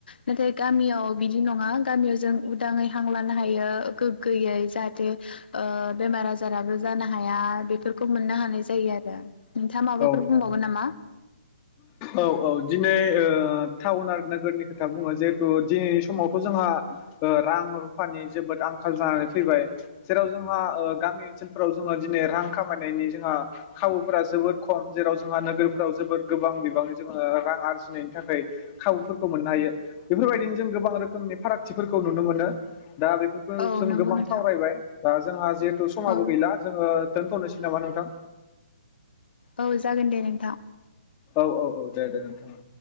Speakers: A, on the left; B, on the left.
A: नाथाय गामियाव बिदि नङा गामियावजों उ दाङै हांलानो हायो गोग्गोयै जाहाथे ओ बेमार आजाराबो जानो हाया बेफोरखौ मोननो हानाय जायो आरो <unintelligible> नोंथाङा माबाफोर
B: औ
A: बुंबावगोन
B: औ
A: नामा?
B: औ औ दिनै ओ टाउन आरो नोगोरनिफ्राय खोथा बुङो जिहेथु दिनै समावथ' जोंहा ओ रां रुफानि जोबोद आंखाल जानानै फैबाय जेराव जोंहा ओ गामि ओनसोलफोराव जोङो दिनै रां खामायनायनि जोंहा खाबुफोरा जोबोद खम जेराव जोंहा नोगोरफोराव जोबोद बिबांनि जोङो ओ रां आर आरजिनायनि थाखाय खाव फोरखौ मोननो हायो बेफोरबायदिनो जों गोबां रोख खोमनि फारागथिफोरखौ नुनो मोनो दा बेफोरखौ
A: औ
B: जों
A: नंगौ
B: गोबां
A: नोंथां
B: सावरायबाय दा जोंहा जिहेथु समाबो
A: औ
B: गैला। जोङो दोनथ'नोसै नामा नोंथां?
A: औ जागोन दे नोंथा।
B: औ औ औ दे दे नोंथां ओं